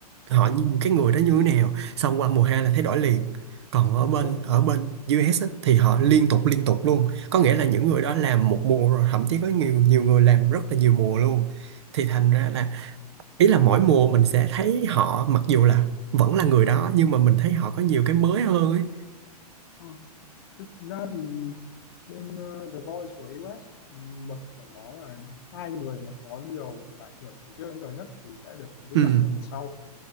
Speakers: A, on the right; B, on the left.
A: họ như cái người đó như thế nào xong qua mùa hai là thấy đổi liền còn ở bên
B: đúng không
A: ở bên US á, thì họ liên tục liên tục luôn có nghĩa là những người đó làm một mùa rồi thậm chí có nhiều nhiều người làm rất là nhiều mùa luôn thì thành ra là ý là mỗi mùa mình sẽ thấy họ mặc dù là vẫn là người đó nhưng mà mình thấy họ có nhiều cái mới hơn ấy
B: Ừ. thực ra thì bên ờ, The Voice của US ừm, luật của nó là hai người mà có nhiều giải thưởng từ trước đến giờ nhất thì sẽ được giữ
A: ừ
B: lại trong mùa sau